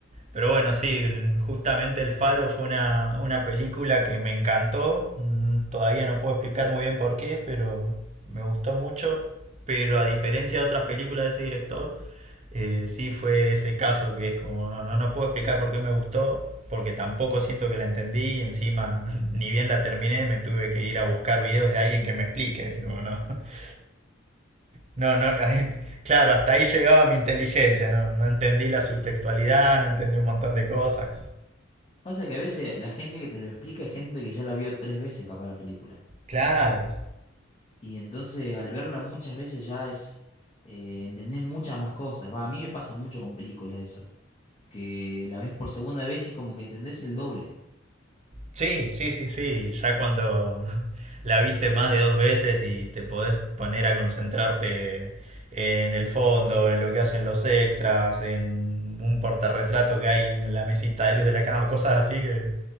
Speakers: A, on the right; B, on the left.
A: pero bueno, sí, el- justamente El Faro fue una, una película que me encantó. Mm, Todavía no puedo explicar muy bien por qué, pero me gustó mucho. Pero a diferencia de otras películas de ese director, eh, sí fue ese caso que es como, no, no, no puedo explicar por qué me gustó, porque tampoco siento que la entendí y encima <laughs> ni bien la terminé me tuve que ir a buscar videos de alguien que me explique, ¿viste? Como, no, <laughs> no, no, <laughs> claro, hasta ahí llegaba mi inteligencia, no, no entendí la subtextualidad, no entendí un montón de cosas.
B: Pasa que a veces la gente que te lo explica es gente que ya la vio tres veces capaz la película.
A: Claro,
B: Y entonces al verla muchas veces ya es, eh, entendés muchas más cosas. Va, a mí me pasa mucho con películas eso, que la ves por segunda vez y es como que entendés el doble.
A: Sí, sí, sí, sí. Ya cuando <laughs> la viste más de dos veces y te podés poner a concentrarte en el fondo, en lo que hacen los extras, en un portarretrato que hay en la mesita de luz de la cama, cosas así que,